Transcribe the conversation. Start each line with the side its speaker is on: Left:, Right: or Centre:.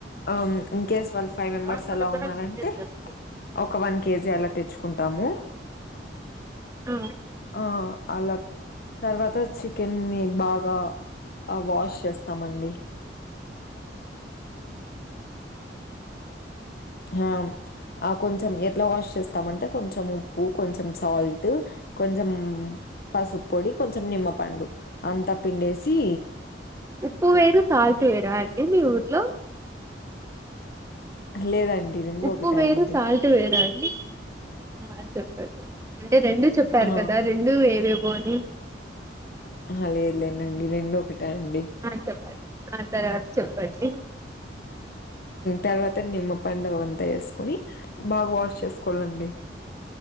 Left: ఆ ఇన్కేస్ వాళ్ళు ఫైవ్ మెంబర్స్
Right: దాంట్లో
Left: అలా
Right: డిఫరెన్స్
Left: ఉన్నారంటే
Right: క్రియేట్ చేస్తుంది
Left: ఒక వన్ కేజీ అలా తెచ్చుకుంటాము
Right: ఆ
Left: ఆ అలా తర్వాత చికెన్ని ని బాగా ఆ వాష్ చేస్తామండి ఆ ఆ కొంచెం ఎట్లా వాష్ చేస్తామంటే కొంచెం ఉప్పు కొంచెం సాల్ట్ కొంచెం పసుపు పొడి కొంచెం నిమ్మపండు అంతా పిండేసి
Right: ఉప్పు వేరు సాల్ట్ వేరా అండి మీ ఊర్లో
Left: లేదండి
Right: ఉప్పు
Left: ఒకటే
Right: వేరు
Left: అండి.
Right: సాల్ట్ వేర అండి ఆ చెప్పండి అంటే రెండు చెప్పారు
Left: ఆ!
Right: కదా రెండు ఏవేవో అని
Left: ఆ లేదులేనండి రెండు ఒకట అండి
Right: ఆ చెప్పండి ఆ తర్వాత చెప్పండి
Left: తర్వాత నిమ్మ పండు అంతా వేసుకొని బాగా వాష్ చేసుకు కొళండి